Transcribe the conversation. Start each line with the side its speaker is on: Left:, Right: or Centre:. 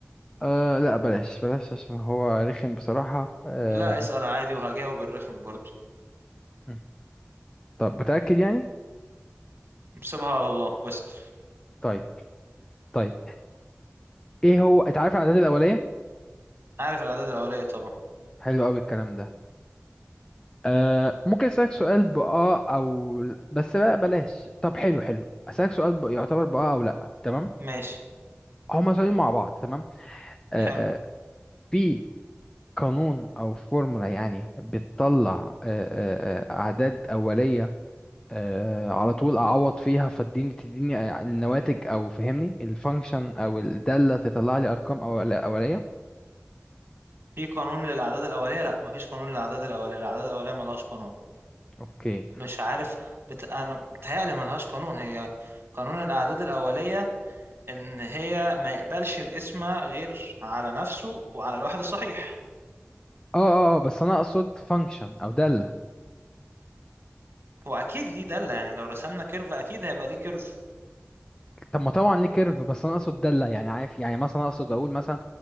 Left: أه لا بلاش بلاش عشان هو رخم بصراحة أه
Right: لا اسال عادي وهجاوب الرخم برضو
Left: م. طب متأكد يعني؟
Right: سيبها على الله واسال
Left: طيب طيب ايه هو انت عارف الأعداد الأولية؟
Right: عارف الاعداد الاوليه طبعا
Left: حلو قوي الكلام ده أه ممكن أسألك سؤال بآه أو ل- بس بقى بلاش طب حلو حلو أسألك سؤال ب... يعتبر بآه أو لأ تمام؟
Right: ماشي
Left: هما سؤالين مع بعض تمام؟ أه
Right: حلو
Left: أه في قانون أو فورمولا يعني بتطلع أه أه آه، أعداد أولية آه، على طول اعوض فيها فتديني تديني النواتج او فهمني الفانكشن او الداله تطلع لي ارقام أول- اوليه
Right: في قانون للأعداد الأولية لا مفيش قانون للأعداد الأولية الأعداد الأولية ملهاش قانون
Left: اوكي
Right: مش عارف بت... أنا بتهيألي ملهاش قانون هي قانون الأعداد الأولية إن هي ما يقبلش الاسم غير على نفسه وعلى الواحد الصحيح
Left: اه اه آه، بس انا اقصد فانكشن او داله
Right: هو أكيد ليه دالة يعني لو رسمنا كيرف أكيد هيبقى ليه كيرف
Left: طب ما طبعا ليه كيرف بس انا اقصد داله يعني عارف يعني مثلا اقصد اقول مثلا